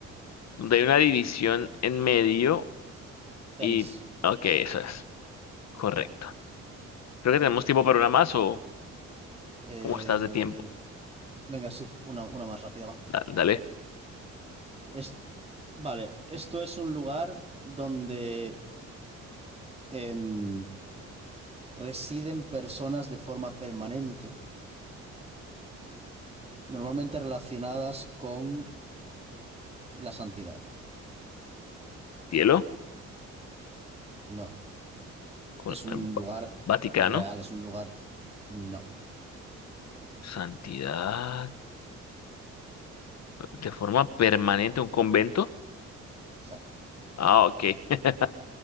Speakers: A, on the left; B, on the right.
A: donde hay una división en medio
B: Tenis.
A: y... Ok, eso es correcto. Creo
B: Ok.
A: que tenemos tiempo para una más o
B: Eh,
A: cómo estás de tiempo.
B: venga, sí, una, una más rápida, va.
A: Da- Dale,
B: Es, vale, esto es un lugar donde em, residen personas de forma permanente, normalmente relacionadas con La santidad,
A: cielo,
B: no.
A: con
B: Es un
A: em,
B: lugar
A: Va- Vaticano,
B: real, es un lugar... No,
A: santidad, de forma permanente un convento.
B: exacto.
A: Ah, ok. <laughs>